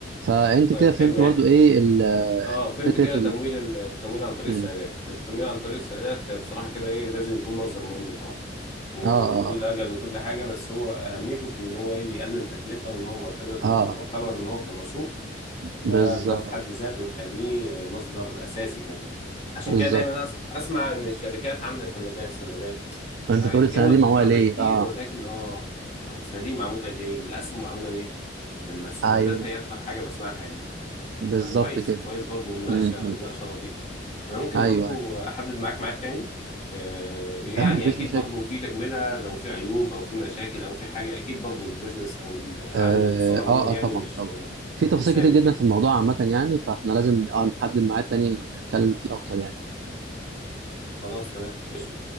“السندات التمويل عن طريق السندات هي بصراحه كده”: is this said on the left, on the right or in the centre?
Left